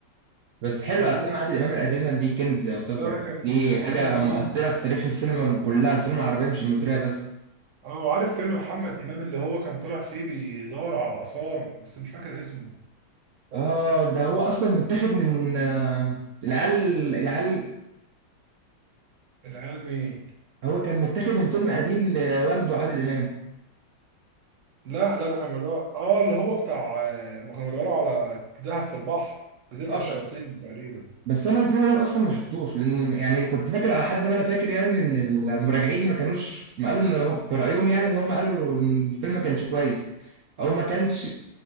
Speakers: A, on the right; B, on the right.
A: بس حلو
B: وليه
A: افلام عادل امام القديمه دي كنز يعتبر
B: ده لا كان
A: دي
B: افلامه
A: حاجه
B: جميل
A: مؤثره في تاريخ السينما كلها السينما العربيه مش المصريه بس
B: اه وعارف فيلم محمد امام اللي هو كان طالع فيه بيدور على الاثار بس مش فاكر اسمه
A: اه ده هو اصلا متاخد من آه، العيال العيال
B: العيال مين
A: هو كان متاخد من فيلم قديم لوالده عادل امام
B: لا لا ده كان بيدور اه اللي هو بتاع آه، ما كانوا بيدوروا على دهب في البحر جزيره
A: اه
B: الشياطين تقريبا
A: بس انا الفيلم ده اصلا ما شفتوش لان يعني كنت فاكر على حد ما انا فاكر يعني ان المراجعين ما كانوش ما قالوا ان هم- في رايهم يعني ان هم قالوا ان الفيلم ما كانش كويس او ما كانش